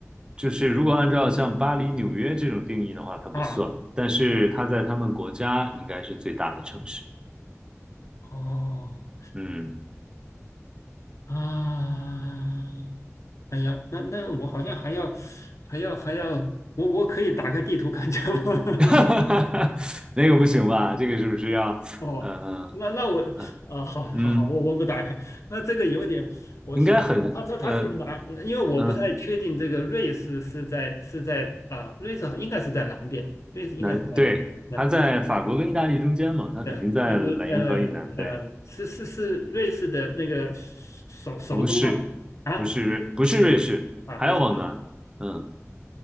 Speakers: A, on the right; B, on the left.
A: 就是如果按照像巴黎、纽约这种定义的话，它不算，
B: 啊，
A: 但是它在他们国家应该是最大的城市。
B: 哦
A: 嗯，
B: 啊，哎呀，那那我好像还要还要还要，我我可以打开地图看一下吗？<laughs>
A: <laughs> 那个不行吧？这个是不是要，
B: <laughs> 哦，
A: 呃
B: 那那我啊、
A: 呃
B: 好好好，
A: 嗯，
B: 我我不打开。那这个有点，我想想啊，
A: 应该很呃
B: 他说他是哪？因为我不太确定这个瑞士是在是在啊、
A: 嗯
B: 瑞士好应该是在南边，瑞士应该是在对
A: 南对，它在法国跟意大利中间嘛，它肯定在莱茵河以南。
B: 对那个呃呃，
A: 对，
B: 是是是瑞士的那个首首都吗？
A: 不是，
B: 啊，
A: 不是瑞，不是瑞士，
B: 不是啊，
A: 还要往南。
B: 不是
A: 嗯，